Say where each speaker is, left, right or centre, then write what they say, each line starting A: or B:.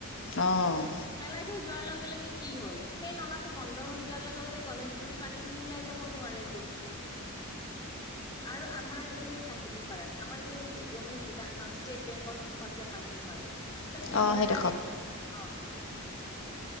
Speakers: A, on the left; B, on the left.
A: অ'
B: পেলাই থৈ যোৱাৰ লগে লগে কি হ'ল সেই নলাটো বন্ধ হৈ যোৱাৰ লগে লগে গণেশগুৰিৰ পানী খিনি ওলাই যাব নোৱাৰে তোৰ <unintelligible> আৰু আমাৰ যে কাহিলী পাৰাত আমাৰ যে জনুজ দোকানখন ষ্টেট বেংকৰ সন্মুখত যে পানী হয় ত কিহৰ
A: অঁ সেইডোখৰত
B: কাৰণে অ,